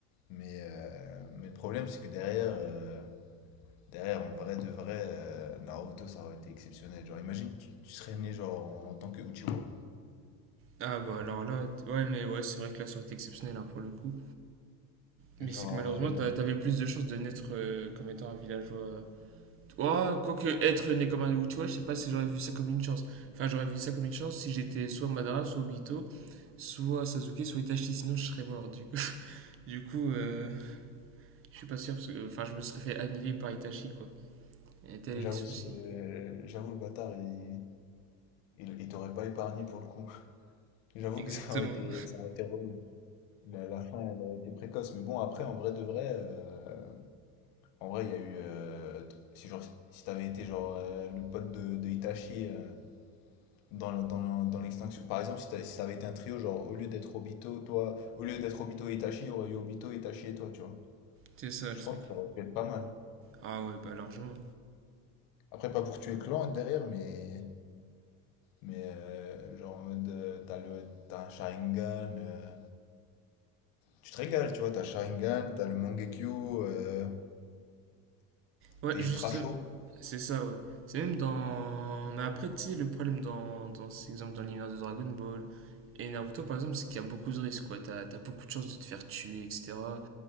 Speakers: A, on the left (about 80°); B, on the right (about 35°).
A: Mais, euh, mais le problème, c'est que derrière, euh, derrière, en vrai de vrai, euh, Naruto, ça aurait été exceptionnel. Genre, imagine, tu, tu serais né genre, en, en tant que Uchiwa.
B: ah bah alors là, t- ouais mais ouais c'est vrai que là ça aurait été exceptionnel hein, pour le coup. Mais
A: Genre,
B: c'est que malheureusement
A: euh,
B: t'as- t'avais plus de chances de naître euh, comme étant un villageois. euh. Oh, quoique être né comme un Uchiwa je sais pas si j'aurais vu ça comme une chance. Enfin j'aurais vu ça comme une chance si j'étais soit Madara, soit Obito, soit Sasuke, soit Itachi, sinon je serais mort du coup. <laughs> Du coup, euh, je suis pas sûr parce que enfin je me serais fait annihiler par Itachi quoi. Et tel
A: j'avoue,
B: est le souci.
A: ce- j'avoue, le bâtard, il, il, il t'aurait pas épargné pour le coup. <laughs> J'avoue
B: Exactement.
A: que ça aurait été, ça aurait été relou. La, la fin, elle aurait été précoce. Mais bon, après, en vrai de vrai, euh, en vrai, il y a eu. euh, t- si genre, si t'avais été genre euh, le pote de, de Itachi. euh, dans, la- dans, dans l'extinction. Par exemple, si, t'as- si ça avait été un trio, genre au lieu d'être Obito, toi, au lieu d'être Obito et Itachi, il y aurait eu Obito, Itachi et toi, tu vois.
B: C'est ça
A: Je
B: le truc.
A: pense que ça aurait pu être pas mal.
B: Ah ouais, bah largement.
A: Après, pas pour tuer le Clan derrière, mais, mais euh, genre en mode, euh, t'as le, t'as un Sharingan, euh, tu te régales, tu vois, t'as Sharingan, t'as le Mangekyo, euh,
B: Ouais,
A: t'es
B: juste,
A: ultra chaud.
B: c'est ça, ouais. C'est même dans. Mais après, tu sais, le problème dans, dans ces exemples dans l'univers de Dragon Ball et Naruto, par exemple, c'est qu'il y a beaucoup de risques, quoi. T'as, t'as beaucoup de chances de te faire tuer, etc.